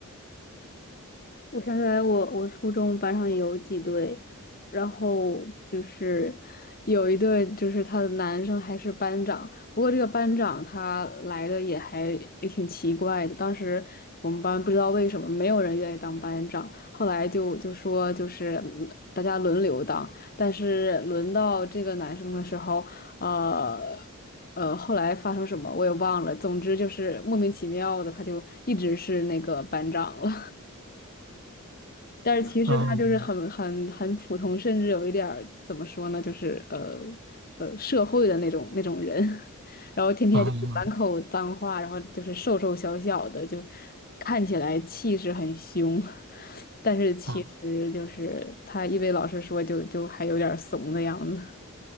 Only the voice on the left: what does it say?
我想起来我，我初中班上也有几对，然后就是有一对，就是他的男生还是班长。不过这个班长他来的也还也挺奇怪的。当时我们班不知道为什么没有人愿意当班长，后来就就说就是嗯大家轮流当，但是轮到这个男生的时候，呃呃，后来发生什么我也忘了。总之就是莫名其妙的，他就一直是那个班长了。但是其实他就是很很很普通，
甚至有一点儿怎么说呢，就是呃呃社会的那种那种人，<laughs> 然后天天就是满口脏话，
然后就是瘦瘦小小的，就看起来气势很凶，<laughs> 但是其实就是他一为老师说就就还有点儿怂的样子。